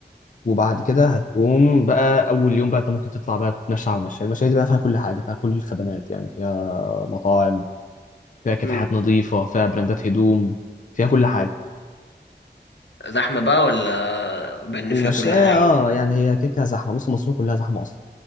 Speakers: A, on the left; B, on the left.
A: وبعد كده هتقوم بقى اول يوم بقى انت ممكن تطلع بقى تتمشى على المشاية المشاية دي بقى فيها كل حاجه فيها كل الخدمات يعني فيها مطاعم فيها كافيهات
B: مم.
A: نظيفه فيها براندات هدوم فيها كل حاجه
B: زحمة بقى ولا بان
A: المشاية
B: فيها كل حاجة
A: اه يعني هي كيكه زحمه بص مصر كلها زحمه اصلا